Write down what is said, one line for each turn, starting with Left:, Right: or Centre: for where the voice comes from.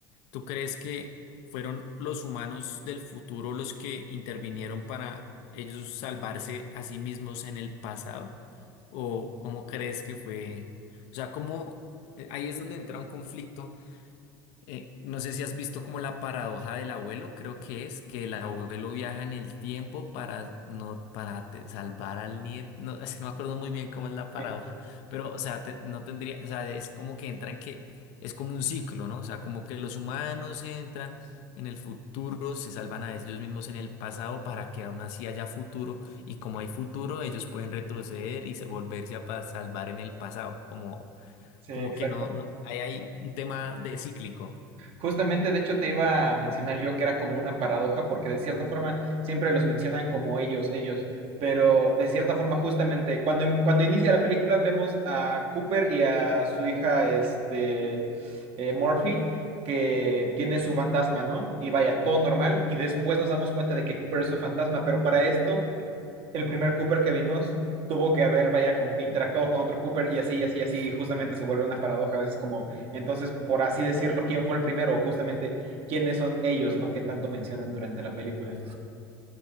Left: ¿Tú crees que fueron los humanos del futuro los que intervinieron para ellos salvarse a sí mismos en el pasado? ¿O cómo crees que fue? O sea, ¿cómo? eh, Ahí es donde entra un conflicto eh, no sé si has visto como la paradoja del abuelo, creo que es que el abuelo viaja en el tiempo para no para te- salvar al nieto. No, es que no me acuerdo muy bien cómo es la paradoja,
Right: eh,
Left: pero o sea, te- no tendría, o sea, es como que entran que es como un ciclo, ¿no? O sea, como que los humanos entran en el futuro, se salvan a ellos mismos en el pasado para que aún así haya futuro y como hay futuro, ellos pueden retroceder y se- volverse a pa- salvar en el pasado, como
Right: Sí,
Left: como
Right: exacto.
Left: que no, no, hay, hay un tema de cíclico.
Right: Justamente, de hecho, te iba a mencionar yo que era como una paradoja, porque de cierta forma siempre los mencionan como ellos, ellos, pero de cierta forma, justamente, cuando, em, cuando inicia la película vemos a Cooper y a su hija, este, eh, Murphy, que tiene su fantasma, ¿no? Y vaya, todo normal, y después nos damos cuenta de que Cooper es su fantasma, pero para esto el primer Cooper que vimos tuvo que haber, vaya, como que interactuado con otro Cooper y así, y así, y así, y justamente se vuelve una paradoja, a veces como, entonces, por así decirlo, ¿quién fue el primero? O justamente, ¿quiénes son ellos, no? Que tanto mencionan durante la película.